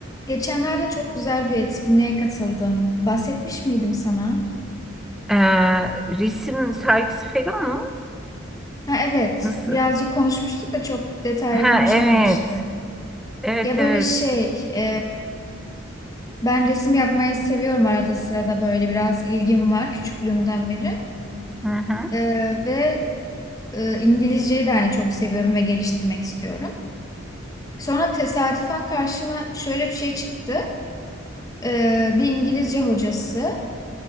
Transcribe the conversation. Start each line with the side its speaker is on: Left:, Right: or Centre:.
Left: Geçenlerde çok güzel bir etkinliğe katıldım. Bahsetmiş miydim sana?
Centre: Ee, resim sergisi falan mı?
Left: Ha, evet,
Centre: Nasıl?
Left: birazcık konuşmuştuk da çok detaylı
Centre: Ha
Left: konuşamamıştık.
Centre: evet. Evet
Left: Ya böyle
Centre: evet.
Left: şey, e, ben resim yapmayı seviyorum arada sırada böyle biraz ilgim var küçüklüğümden beri.
Centre: Hı hı.
Left: E, ve e, İngilizceyi de hani çok seviyorum ve geliştirmek istiyorum. Sonra tesadüfen karşıma şöyle bir şey çıktı. E, bir İngilizce hocası.